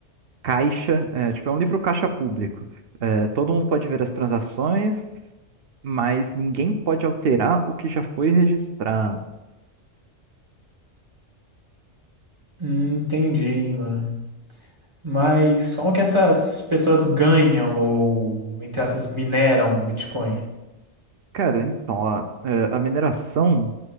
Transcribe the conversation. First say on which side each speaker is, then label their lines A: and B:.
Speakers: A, on the right (about 60°); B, on the right (about 25°).
A: caixa, é, tipo, é um livro caixa público. É, todo mundo pode ver as transações, mas ninguém pode alterar o que já foi registrado.
B: Hum, Entendi, mano. Mas como que essas pessoas ganham ou, entre aspas, mineram Bitcoin?
A: Cara, então, ó, é, a mineração